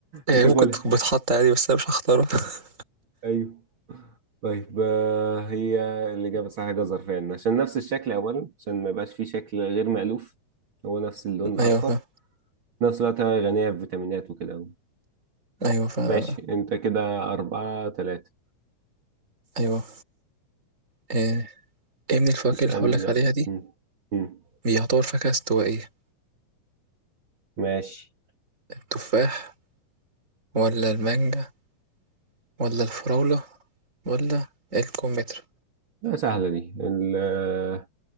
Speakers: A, on the right (about 25°); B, on the right (about 40°).
A: يعني
B: مش هاكلها
A: ممكن تكون بتحط عادي بس أنا مش هختارها <laughs>
B: ايوه طيب آه، هي الإجابة صح جزر فعلا عشان نفس الشكل أولا عشان ما يبقاش فيه شكل غير مألوف هو نفس اللون
A: أيوه
B: الأصفر
A: فاهم
B: في نفس الوقت هي غنية بفيتامينات وكده
A: أيوه فاهم
B: ماشي انت كده أربعة تلاتة
A: أيوه إيه. ايه من الفواكه
B: اسألني
A: اللي هقولك
B: بقى
A: عليها دي
B: مم. مم.
A: بيعتبر فاكهة استوائية
B: ماشي
A: التفاح ولا المانجا ولا الفراولة ولا الكمثرى
B: لا سهلة دي ال-